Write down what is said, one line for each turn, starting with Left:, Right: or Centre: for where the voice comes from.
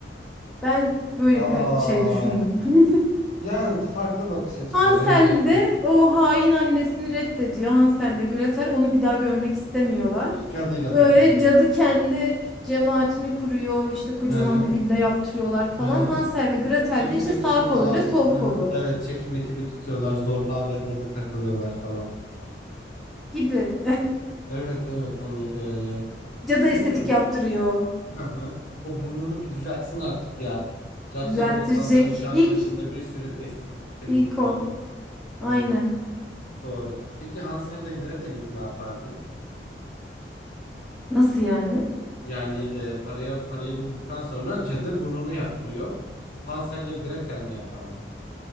Centre: Ben böyle
Left: Aa,
Centre: bir şey düşündüm. <laughs>
Left: yani farklı bakış açıları
Centre: Hansel
Left: hani
Centre: de o hain annesini reddediyor. Hansel de Gretel onu bir daha görmek istemiyorlar.
Left: cadıyla
Centre: Böyle
Left: takılıyorlar
Centre: cadı
Left: artık.
Centre: kendi cemaatini kuruyor. işte kocaman
Left: Hı hı.
Centre: bir villa yaptırıyorlar falan.
Left: Hı hı.
Centre: Hansel ve Gretel
Left: Çekim
Centre: de işte
Left: ekibi
Centre: sağ
Left: falan.
Centre: koluyla sol
Left: Hı hı.
Centre: kolu
Left: Evet çekim ekibi tutuyorlar. Zorla AVM'de takılıyorlar falan.
Centre: gibi.
Left: Evet evet hani eee,
Centre: <laughs> Cadı
Left: bilmiyorum.
Centre: estetik yaptırıyor.
Left: Hı hı. O burnunu bir düzeltsin artık ya. Caddebostan'da,
Centre: Düzelttirecek.
Left: Nişantaşı'nda
Centre: İlk,
Left: bir sürü estetik klinik
Centre: ilk
Left: var
Centre: o.
Left: ya. Aynen.
Centre: Aynen.
Left: Doğru. Peki Hansel'le Gretel ilk ne yapardı?
Centre: Nasıl yani?
Left: Yani eee, paraya parayı bulduktan sonra cadı burnunu yaptırıyor. Hansel'le Gretel ne yapardı?